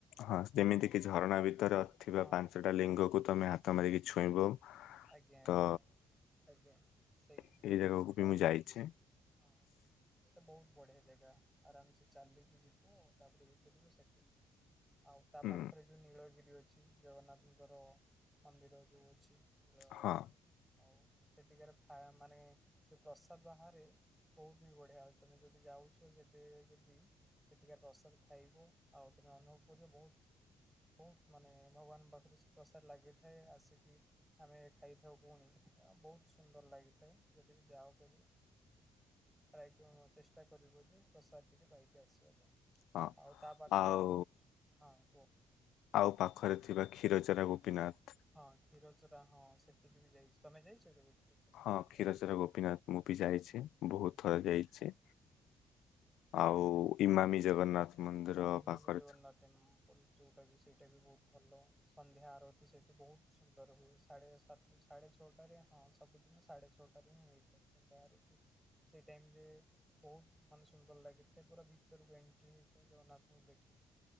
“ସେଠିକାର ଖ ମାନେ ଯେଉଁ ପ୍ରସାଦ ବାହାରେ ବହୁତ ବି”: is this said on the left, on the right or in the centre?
Centre